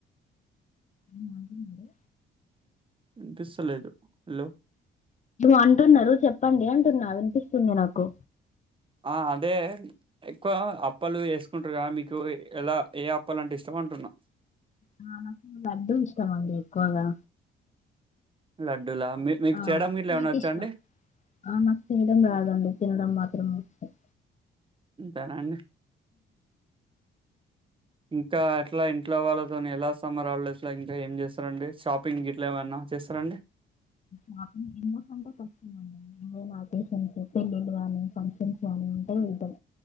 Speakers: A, on the left; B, on the right.
A: వంట <inaudible>
B: వినిస్తలేదు హలో
A: అంటున్నారు చెప్పండి అంటున్నా వినిపిస్తుంది. నాకు
B: అదే ఎక్కువ అప్పలు వేసుకుంటారు. క మీకు ఎలా ఏ అప్పలుంటే ఇష్టం అంటున్నా.
A: ఆ నాకు లడ్డు ఇష్టమండి ఎక్కువగా
B: లడ్డూలా మీ మీకు
A: ఆ
B: చేయడం
A: స్వీట్
B: ఇట్లా ఏమన్నా వచ్చా
A: ఇష్టం
B: అండి
A: ఆ నాకు తినడం రాదండి, తినడం మాత్రం. ఇ స <unintelligible>
B: ఇంతేన అండి ఇంకా ఇట్లా ఇంట్లో వాళ్ళతోని ఎలా సమ్మర్ హాలిడేస్ ఇంకా ఏం చేస్తారండి. షాపింగ్ ఇట్లా ఏమైనా చేస్తారండి.
A: నాకు ఎందుకంటే కష్టం అదే నాకస పెళ్ళిళ్ళు కానీ ఫంక్షన్స్ అంటా వెళతాం